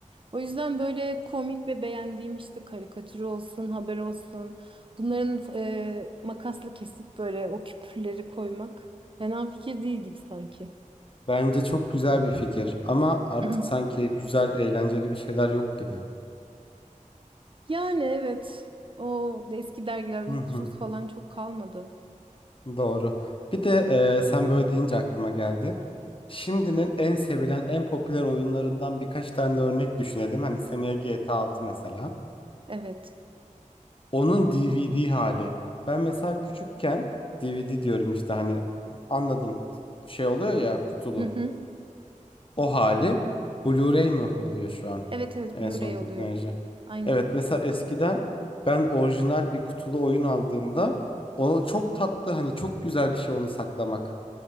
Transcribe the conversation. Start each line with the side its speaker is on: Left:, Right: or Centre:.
Right: O yüzden böyle komik ve beğendiğim işte karikatür olsun, haber olsun. Bunların e, makasla kesip böyle o küpürleri koymak fena fikir değil gibi sanki.
Left: Bence çok güzel bir fikir ama artık
Right: <clears throat>
Left: sanki güzel, eğlenceli bir şeyler yok gibi.
Right: Yani evet. O eski dergiler uykusuz
Left: Hı hı,
Right: falan çok kalmadı.
Left: doğru. Bir de e, sen böyle deyince aklıma geldi. Şimdinin en sevilen, en popüler oyunlarından birkaç tane örnek düşünelim. Hani seneye GTA 6 mesela.
Right: Evet.
Left: Onun DVD hali. Ben mesela küçükken DVD diyorum işte hani anladın şey oluyor ya kutulu.
Right: Hı hı.
Left: o hali Blu-ray mi oluyor şu an?
Right: Evet evet
Left: En
Right: Blu-ray
Left: son teknoloji.
Right: oluyor. Aynen.
Left: Evet mesela eskiden ben orijinal bir kutulu oyun aldığımda o çok tatlı hani çok güzel bir şey onu saklamak.